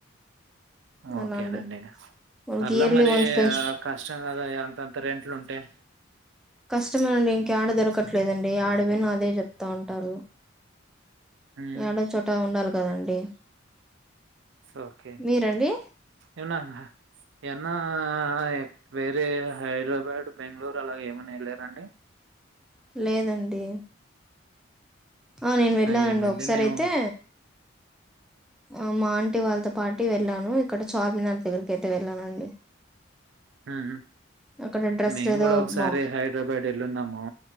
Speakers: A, in the centre; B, on the right.
A: అలా
B: ఓకేనండి
A: అండి వాళ్ళకి
B: పార్లే
A: ఇయర్లీ
B: మరి
A: వన్స్ పెంచ్
B: ఆ కష్టం కదా అంత అంత రెంట్లుంటే
A: కష్టమేనండి ఇంకా ఎడ దొరకట్లేదండి ఆడ పోయిన అదే చెప్తా ఉంటారు
B: మ్మ్
A: యాడ చోట ఉండాల కదండి
B: సో ఓకే
A: మీరండి
B: ఏమన్నా ఎన్నా ఎం వేరే హైడర్ బా వట్ బెంగళూరు అలాగ ఏమన్నా వెళ్ళారండి
A: లేదండి ఆ నేను వెళ్ళానండి
B: ఈ మధ్య
A: ఒకసారి
B: మేము
A: అయితే ఆ మా ఆంటీ వాళ్ళతో పాటీ వెళ్ళాను ఇక్కడ చార్మినార్ దగ్గరకయితే వెళ్ళానండి
B: ఉ
A: అక్కడ డ్రెస్సులు
B: మేము
A: ఏదో
B: కూడా ఒకసారి
A: బా
B: హైదరాబాద్ వెళ్ళన్నాము